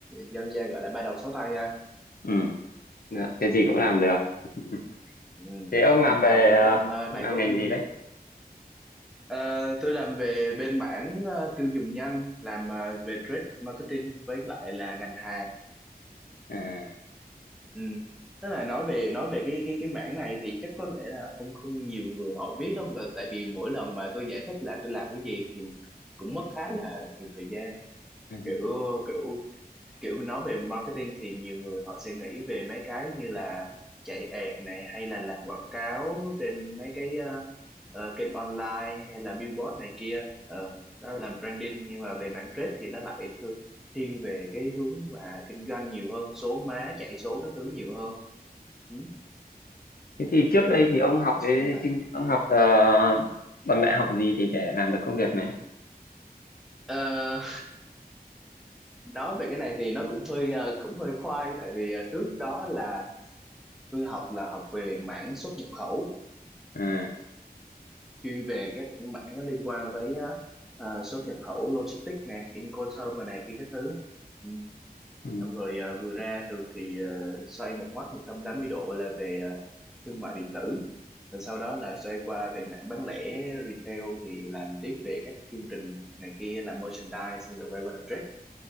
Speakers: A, in the centre; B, on the left.
A: dân gian gọi là ba đầu sáu tay ha.
B: Ừ. Dạ, Cái gì cũng làm được. <laughs>
A: Ừ,
B: Thế ông làm
A: thành
B: về
A: thạo một
B: ờ,
A: trăm ờ, bài
B: ông làm
A: code
B: ngành
A: thiếu
B: gì
A: nhi.
B: đấy?
A: Ờ, tôi làm về bên mảng ờ, tiêu dùng nhanh, làm ờ, về trade marketing với lại là ngành hàng
B: À.
A: Ừ. Tức là nói về nói về cái cái cái mảng này thì chắc có lẽ là không không nhiều người họ biết đâu mà tại vì mỗi lần mà tôi giải thích là tôi làm cái gì thì cũng mất khá là nhiều thời gian
B: <laughs>
A: kiểu kiểu kiểu nói về marketing thì nhiều người họ sẽ nghĩ về mấy cái như là chạy ad này hay là làm quảng cáo trên mấy cái ờ, ờ, kênh online hay là billboard này kia Ờ, đó là branding nhưng mà về mảng trade thì nó lại thư- thiên về cái hướng mà kinh doanh nhiều hơn số má chạy số các thứ nhiều hơn ừ.
B: Thế thì trước
A: nên
B: đây
A: là nhiều
B: thì
A: người
B: ông
A: họ
B: học
A: họ
B: cái
A: sẽ không rành
B: chương- ông học ờ, bằng đại học gì thì để làm được công việc này?
A: Ờ, nói về cái này thì nó cũng hơi ờ, cũng hơi khoai tại vì ờ, trước đó là tôi học là học về mảng xuất nhập khẩu
B: À.
A: chuyên về các mảng nó liên quan tới ờ, ờ, xuất nhập khẩu logistics nè Incoterm rồi này kia các thứ ừ.
B: Ừ.
A: xong rồi ờ, vừa ra trường thì ờ, xoay một mắt 180 độ là về ờ, thương mại điện tử rồi sau đó là xoay qua về mảng bán lẻ retail thì làm tiếp về các chương trình này kia làm merchandise xong rồi quay qua làm trade